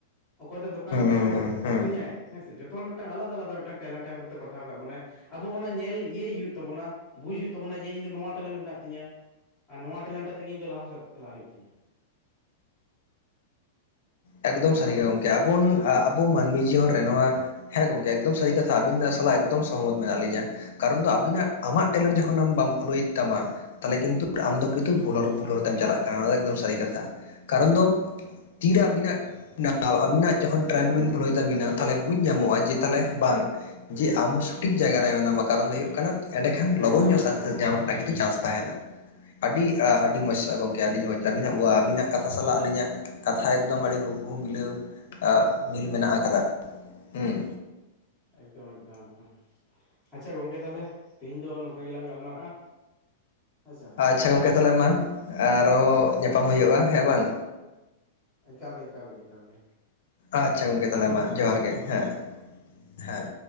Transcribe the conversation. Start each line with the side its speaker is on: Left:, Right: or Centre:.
Centre: ᱚᱠᱚᱭ ᱫᱚᱠᱟᱱ ᱨᱮᱫᱚ
Left: ᱦᱩᱸ ᱦᱩᱸ ᱦᱩᱸ
Centre: ᱟᱠᱷᱨᱤᱧᱟᱭ ᱦᱮᱸ ᱥᱮ ᱡᱚᱛᱚ ᱦᱚᱲ ᱢᱤᱫᱴᱟᱝ ᱟᱞᱟᱫᱟ ᱟᱞᱟᱫᱟ ᱢᱤᱫᱴᱟᱝ ᱴᱮᱞᱮᱱᱴ ᱮᱢ ᱠᱟᱛᱮ ᱯᱟᱴᱷᱟᱣ ᱟᱠᱟᱫ ᱵᱚᱱᱟᱭ ᱟᱵᱚ ᱚᱱᱟ ᱧᱮᱞ ᱤᱭᱟᱹᱭ ᱦᱩᱭᱩᱜ ᱛᱟᱵᱚᱱᱟ ᱵᱩᱡ ᱦᱩᱭᱩᱜ ᱛᱟᱵᱚᱱᱟ ᱡᱮ ᱤᱧ ᱫᱚ ᱱᱚᱣᱟ ᱴᱮᱞᱮᱱᱴ ᱢᱮᱱᱟᱜ ᱛᱤᱧᱟᱹ ᱟᱨ ᱱᱚᱣᱟ ᱴᱮᱞᱮᱱᱴ ᱟᱛᱮᱜ ᱜᱮ ᱤᱧ ᱞᱟᱦᱟ ᱥᱮᱫ ᱪᱟᱞᱟᱜ ᱦᱩᱭᱩᱜ ᱛᱤᱧᱟᱹ
Left: ᱮᱠᱫᱚᱢ
Centre: ᱦᱮᱸ
Left: ᱥᱟᱹᱨᱤ
Centre: ᱥᱮ
Left: ᱜᱮ ᱜᱚᱝᱠᱮ ᱟᱵᱚ <unintelligible> ᱢᱟᱹᱱᱢᱤ ᱡᱤᱭᱚᱱ ᱨᱮ ᱱᱚᱣᱟ ᱦᱮᱸ ᱜᱚᱢᱠᱮ ᱮᱠᱫᱚᱢ ᱥᱟᱹᱨᱤ ᱠᱟᱛᱷᱟ ᱟᱵᱤᱱᱱᱟᱜ ᱥᱟᱞᱟᱜ ᱮᱠᱫᱚᱢ ᱥᱚᱦᱚᱢᱚᱛ ᱢᱮᱱᱟᱜ ᱞᱤᱧᱟ ᱠᱟᱨᱚᱱ ᱫᱚ ᱟᱵᱤᱱᱟᱜ ᱟᱢᱟᱜ ᱴᱮᱞᱮᱱᱴ ᱡᱚᱠᱷᱚᱱ ᱟᱢ ᱵᱟᱢ ᱯᱷᱩᱞᱳᱭᱮᱫ ᱛᱟᱢᱟ ᱛᱟᱦᱚᱞᱮ ᱠᱤᱱᱛᱩ ᱟᱢᱫᱚ ᱠᱤᱱᱛᱩ ᱵᱷᱩᱞ ᱵᱷᱩᱞ ᱦᱚᱨ ᱛᱮᱢ ᱪᱟᱞᱟᱜ ᱠᱟᱱᱟ ᱚᱱᱟ ᱫᱚ ᱮᱠᱫᱚᱢ ᱥᱟᱹᱨᱤ ᱠᱟᱛᱷᱟ ᱠᱟᱨᱚᱱ ᱫᱚ <unintelligible> ᱛᱤᱨᱮ ᱟᱵᱤᱱᱟᱜ ᱟᱵᱤᱱᱟᱜ ᱡᱚᱠᱷᱚᱱ ᱴᱨᱮᱱᱰ ᱵᱤᱱ ᱯᱷᱳᱞᱳᱭ ᱛᱟᱵᱤᱱᱟ ᱛᱟᱦᱚᱞᱮ ᱵᱩᱡᱽ ᱧᱟᱢᱚᱜᱼᱟ ᱡᱮ ᱛᱟᱦᱚᱞᱮ ᱵᱟᱝ ᱡᱮ ᱟᱢ ᱥᱚᱴᱷᱤᱠ ᱡᱟᱭᱜᱟᱨ ᱨᱮ ᱢᱮᱱᱟᱢᱟ ᱠᱟᱨᱚᱱ ᱫᱚ ᱦᱩᱭᱩᱜ ᱮᱸᱰᱮᱠᱷᱟᱱ ᱞᱚᱜᱚᱱ
Centre: ᱮᱠᱫᱚᱢ
Left: ᱧᱚᱜ
Centre: ᱮᱠᱫᱚᱢ
Left: ᱥᱟᱠᱥᱮᱥ
Centre: ᱮᱠᱫᱚᱢ
Left: ᱧᱟᱢ ᱨᱮᱱᱟᱜ ᱠᱤᱪᱷᱩ ᱪᱟᱱᱥ ᱛᱟᱦᱮᱱᱟ <unintelligible> ᱟᱹᱰᱤ ᱟᱹᱰᱤ ᱢᱚᱡᱽ ᱜᱚᱢᱠᱮ ᱟᱹᱰᱤ ᱢᱚᱡᱽ ᱟᱵᱤᱱᱟᱜ <unintelligible> ᱟᱹᱵᱤᱱᱟᱜ ᱠᱟᱛᱷᱟ ᱥᱟᱞᱟᱜ ᱟᱹᱞᱤᱧᱟᱜ ᱠᱟᱛᱷᱟ ᱮᱠᱫᱚᱢ ᱟᱹᱰᱤ ᱦᱩᱵᱷᱩ ᱢᱤᱞᱟᱹᱣ ᱢᱤᱞ ᱢᱮᱱᱟᱜ ᱟᱠᱟᱫᱟ ᱦᱮᱸ
Centre: ᱮᱠᱫᱚᱢ ᱮᱠᱫᱚᱢ ᱮᱠᱫᱚᱢ <unintelligible> ᱟᱪᱪᱷᱟ ᱜᱚᱝᱠᱮ ᱛᱟᱦᱚᱞᱮ ᱛᱮᱦᱤᱧ ᱫᱚ ᱱᱚᱝᱠᱟ ᱜᱮᱞᱟᱝ ᱜᱟᱞᱢᱟᱨᱟᱜᱼᱟ ᱦᱳᱭ ᱥᱮ
Left: ᱟᱪᱪᱷᱟ ᱜᱚᱝᱠᱮ ᱛᱟᱦᱚᱞᱮ ᱢᱟ ᱟᱨᱦᱚᱸ ᱧᱟᱯᱟᱢ ᱦᱩᱭᱩᱜᱼᱟ ᱦᱮᱸ ᱵᱟᱝ
Centre: ᱮᱠᱟᱞ ᱜᱮ ᱮᱠᱟᱞ ᱜᱮ ᱮᱠᱟᱞ ᱜᱮ
Left: ᱟᱪᱪᱷᱟ ᱜᱚᱝᱠᱮ ᱛᱟᱦᱚᱞᱮ
Centre: ᱴᱷᱤᱠ
Left: ᱢᱟ
Centre: ᱜᱮᱭᱟ
Left: ᱡᱚᱦᱟᱨ
Centre: ᱛᱟᱦᱚᱞᱮ
Left: ᱜᱮ
Centre: ᱜᱚᱝᱠᱮ
Left: ᱦᱮᱸ ᱦᱮᱸ